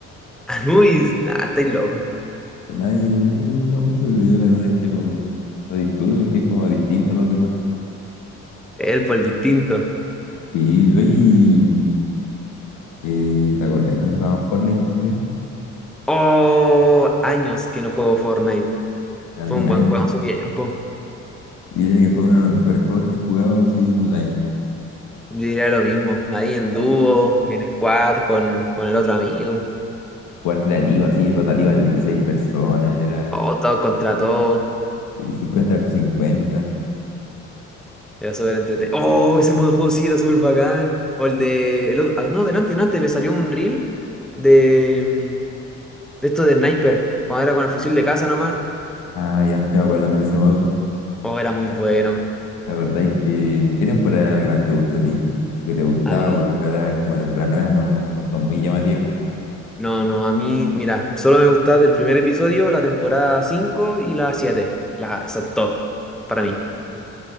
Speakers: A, in the centre; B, on the left (about 80°).
A: <laughs> Anubis, ah, estáis loco.
B: que nadie, nadie le gusta mucho, pero yo la verdad es que lo, lo disfruto porque es como distinto a los demás.
A: Él por el distinto.
B: Sí, oye, y, eh, ¿te acordás cuando jugaban Fortnite también?
A: Oh, años que no juego Fortnite.
B: También
A: Fue un buen
B: años.
A: juego en su tiempo.
B: Yo diría que fue uno de los mejores juegos que he jugado así online.
A: Yo diría lo mismo, ahí en dúo, en squad, con, con el otro amigo.
B: Jugar creativo, así, rotativa de 16 personas, era
A: Oh, todo contra todo.
B: sí, cincuenta versus cincuenta
A: Era súper entretenido. ¡Oh! Ese modo de juego sí era súper bacán. O el de. El otro... ah, no, delante, delante, me salió un reel de. mm, De esto de sniper. Cuando era con el fusil de casa nomás.
B: Ah, ya, ya me acuerdo también de ese modo.
A: Oh, era muy bueno.
B: ¿Te acordáis que qué temporada era la que más te gusta a ti? Que te gustaba
A: A mí.
B: porque ahora como temporadas nuevas no, no son muy llamativas.
A: No, no, a mí. Mira, solo me gustaba el primer episodio, la temporada 5 y la siete Las son top. Para mí.